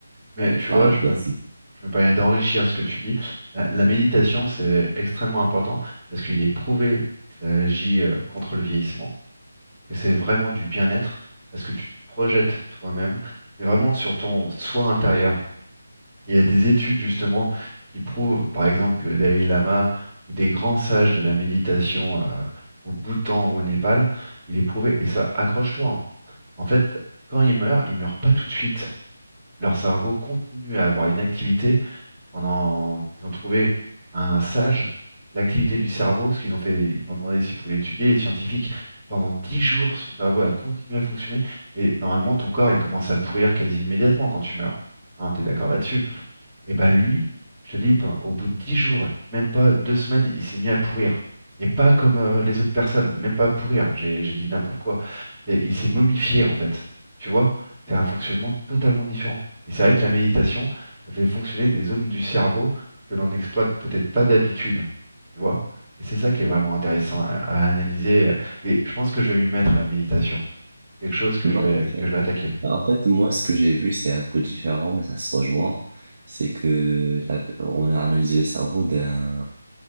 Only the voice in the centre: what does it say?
Mais
tu
vois,
je
me, je me permets d'enrichir ce que tu dis. La, la méditation, c'est extrêmement important parce qu'il est prouvé que ça agit euh, contre le vieillissement, que c'est vraiment du bien-être parce que tu te projettes toi-même. C'est vraiment sur ton soi intérieur. Il y a des études justement qui prouvent, par exemple, le Dalai Lama ou des grands sages de la méditation euh, au Bhoutan ou au Népal, il est prouvé. Et ça, accroche-toi. hein. En fait, quand ils meurent, ils meurent pas tout de suite. Leur cerveau continue à avoir une activité pendant, ils ont trouvé un sage, l'activité du cerveau, ce qu'ils ont fait, ils m'ont demandé s'ils pouvaient l'étudier, les scientifiques, pendant 10 jours, son cerveau a continué à fonctionner, et normalement, ton corps, il commence à pourrir quasi immédiatement quand tu meurs. Hein, t'es d'accord là-dessus? Et bah lui, je te dis, pendant- au bout de 10 jours, même pas deux semaines, il s'est mis à pourrir. Et pas comme euh, les autres personnes, même pas à pourrir, j'ai j'ai dit n'importe quoi. C'est- Il s'est momifié en fait. Tu vois, c'est un fonctionnement totalement différent. Et c'est vrai que la méditation, ça fait fonctionner des zones du cerveau que l'on n'exploite peut-être pas d'habitude. Tu vois? Et c'est ça qui est vraiment intéressant à, à analyser. euh, Et je pense que je vais m'y mettre à la méditation. Quelque chose que
je vais,
que je vais attaquer.